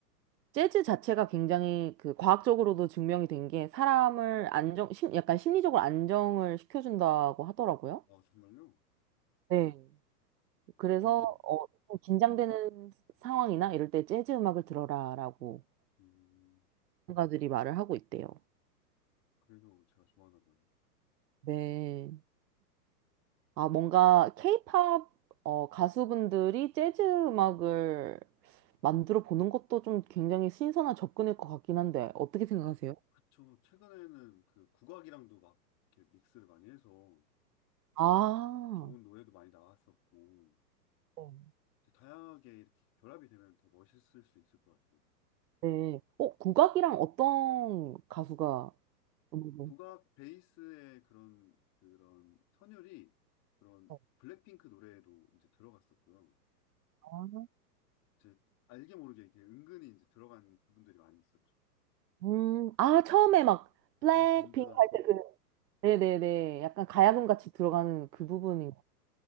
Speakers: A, on the right; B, on the left.
A: 재즈 자체가 굉장히 그 과학적으로도 증명이 된 게 사람을 안정, 심, 약간 심리적으로 안정을 시켜준다고 하더라고요.
B: 아, 정말요?
A: 네. 그래서
B: 그래서,
A: 어, 좀 긴장되는 상황이나 이럴 때 재즈 음악을 들어라라고
B: 음,
A: 전문가들이 말을 하고 있대요.
B: 그래서 제가 좋아하나 봐요.
A: 네. 아, 뭔가 케이팝 어, 가수분들이 재즈 음악을 만들어 보는 것도 좀 굉장히 신선한 접근일 것 같긴 한데 어떻게 생각하세요?
B: 그쵸. 최근에는 그 국악이랑도 막 이렇게 믹스를 많이 해서
A: 아,
B: 좋은 노래도 많이 나왔었고,
A: 네.
B: 이제 다양하게 이렇게 결합이 되면 더 멋있을 수 있을 것 같아요.
A: 네. 어, 국악이랑 어떤 가수가 음악을?
B: 국악 베이스의 그런 그런 선율이 그런
A: 어,
B: 블랙핑크 노래에도 이제 들어갔었고요.
A: 아,
B: 제 알게 모르게 이렇게 은근히 이제 들어간 부분들이 많이 있었죠.
A: 음, 아, 처음에 막 블랙핑크
B: 네, 든든한
A: 할
B: 네네
A: 때 그, 네네네. 약간 가야금 같이 들어가는 그
B: 네네
A: 부분이.